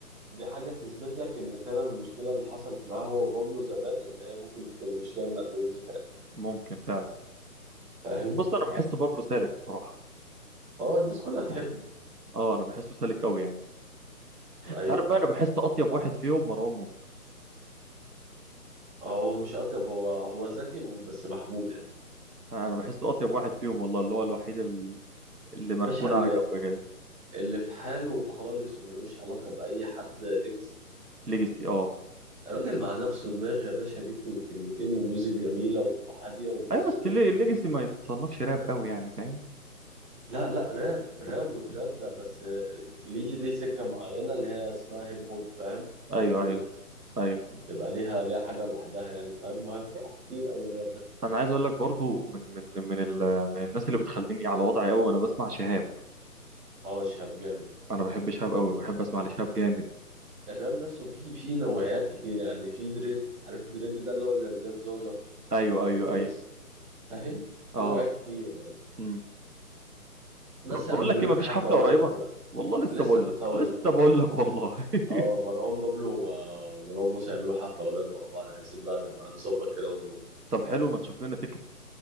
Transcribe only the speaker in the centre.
دي حاجة تثبت لك إن فعلا المشكلة اللي حصلت معاه هو وبابلو زمان إن هي ممكن تكون المشكلة من عند ويجز فعلا
فاهم؟
اه الناس كلها بتحبه
أيوه
فاهم
هو مش أطيب هو هو ذكي بس محبوب يعني
باشا اللي
اللي في حاله خالص وملوش علاقة بأي حد ليجاسي
الراجل مع نفسه دماغ يا باشا بيكتب الكلمتين وميوزك جميلة وهادية وبص
لا لا راب راب وتراب ده بس ليه ليه سكة معينة اللي هي اسمها هيب هوب فاهم
أو بوبينج
بتبقى ليها ليها حاجة لوحدها يعني فاهم ما هي فروع كتير أوي الراب ده
اه شهاب جامد
الراب نفسه فيه فيه نوعيات كتير يعني فيه دريد عارف الدريد ده اللي هو زي زياد زوزة
زي
فليكس
فاهم في
نوعيات كتير يعني
بس
يا
عم
بيقولوا
في حفلة
قريب
لسه
كنت
هقول
لك اهو
اه مروان بابلو و- ومروان موسى يعملوا حفلة قريب مع بعض عايزين بقى نبقى نظبط كده ونروح